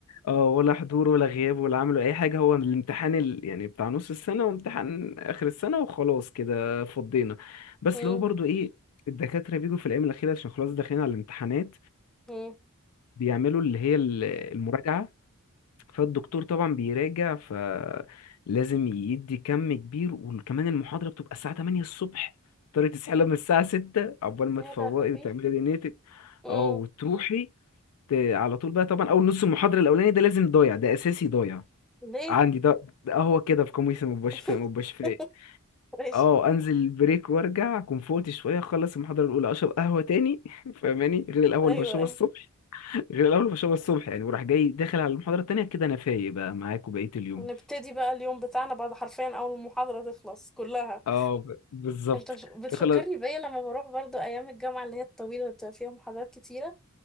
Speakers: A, on the left; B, in the centre.
A: اه ولا حضور ولا غياب ولا عمل ولا اي حاجه هو الامتحان ال... يعني بتاع نص السنه وامتحان اخر السنه وخلاص كده فضينا بس
B: مم.
A: اللي هو برضو ايه الدكاتره بيجوا في الايام الاخيره عشان خلاص داخلين على الامتحانات
B: مم.
A: فبيعملوا اللي هي ال- المراجعه فالدكتور طبعا بيراجع فلازم يدي كم كبير وكمان المحاضرة بتبقى الساعة 8 الصبح تضطري تصحي من الساعة 6 عقبال ما
B: يا
A: تفوقي
B: لهوي
A: وتعملي دنيتك
B: مم.
A: اه وتروحي ت- على طول بقى طبعا أول نص المحاضرة الأولاني ده لازم ضايع ده أساسي ضايع
B: ليه
A: عندي ده ده هو كده في قميصي مبقاش
B: <laughs>
A: فايق مبقاش فايق
B: ماشي
A: اه انزل البريك وارجع اكون فوقت شويه اخلص المحاضره الاولى اشرب قهوه تاني <laughs> فاهماني غير القهوه
B: ايوه
A: اللي بشربها
B: ايوه
A: الصبح غير الأول بشربها الصبح يعني وراح جاي داخل على المحاضرة التانية كده أنا فايق بقى معاك وبقية اليوم
B: ونبتدي بقى اليوم بتاعنا بعد حرفيا اول المحاضره تخلص كلها
A: اه ب- بالظبط
B: انت ش- بتفكرني
A: داخل
B: بيا لما بروح برضو ايام الجامعه اللي هي الطويله اللي بتبقى فيها محاضرات كتيره